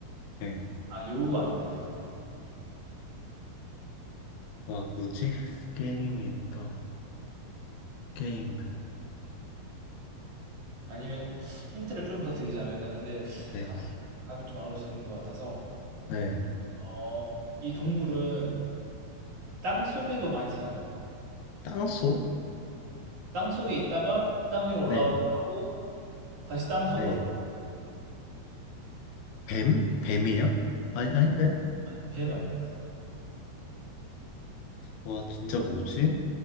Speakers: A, on the left; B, on the right.
A: 네.
B: 아 여우 아닙니다.
A: 아, 뭐지? 게임이 있다. 게임.
B: 아니면 힌트를 좀 더 드리자면은 근데
A: 네,
B: 감, 감이 좀 안 오시는 것 같아서
A: 네.
B: 어, 이 동물은 땅 속에도 많이 살아요.
A: 땅소?
B: 땅 속에 있다가 땅 위로 올라오기도
A: 네,
B: 하고 다시 땅 속으로
A: 네.
B: 들어가기도 하고
A: 뱀? 뱀이에요? 아니, 아닌데?
B: 아니 뱀 아닙니다.
A: 와, 진짜 뭐지?